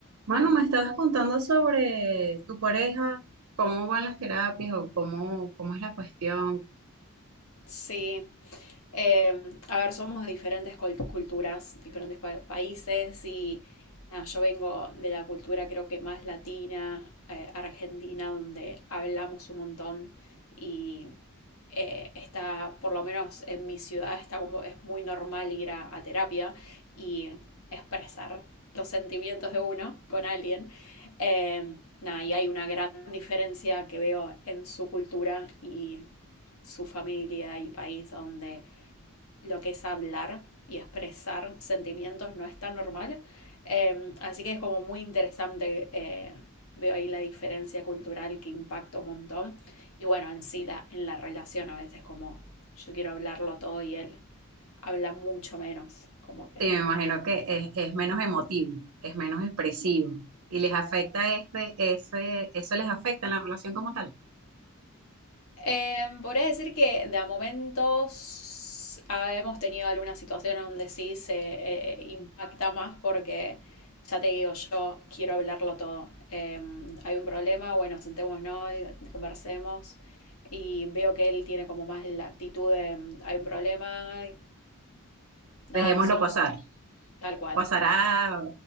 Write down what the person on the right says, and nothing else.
Bueno, me estabas contando sobre tu pareja, cómo van las terapias o cómo, cómo es la cuestión.
Te me imagino que es, es menos emotivo, es menos expresivo y les afecta este, ese, eso les afecta en la relación como tal.
Dejémoslo
pasar.
Pasará